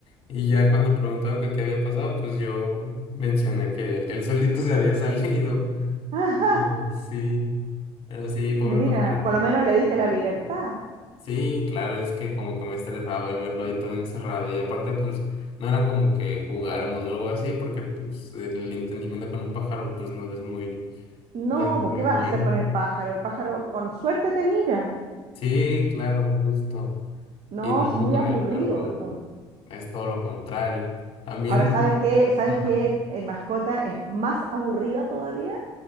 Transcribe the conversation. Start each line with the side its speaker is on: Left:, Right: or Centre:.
Left: Y ya cuando preguntaron que qué había pasado, pues yo mencioné que él solito se había <laughs> salido.
Right: <laughs>
Left: Pero sí, pero sí, pobre
Right: Mira,
Left: pajarito.
Right: por lo
Left: la
Right: menos
Left: verdad
Right: le diste
Left: es que no
Right: la
Left: me
Right: libertad.
Left: gustaría. Sí, claro, es que como que me estresaba el verlo ahí todo encerrado y aparte pues no era como que jugáramos o algo así porque pues el entendimiento con un pájaro pues no es muy,
Right: No,
Left: no es muy
Right: pues ¿qué vas
Left: bueno.
Right: a hacer con el pájaro? El pájaro con suerte te mira.
Left: Sí, claro, justo.
Right: No,
Left: Y
Right: es muy
Left: luego con
Right: aburrido.
Left: el perro
Right: Un-
Left: es todo lo contrario. También,
Right: Ahora, ¿sabes Sí. qué? ¿Sabes
Left: ajá,
Right: qué eh, mascota es más aburrida todavía?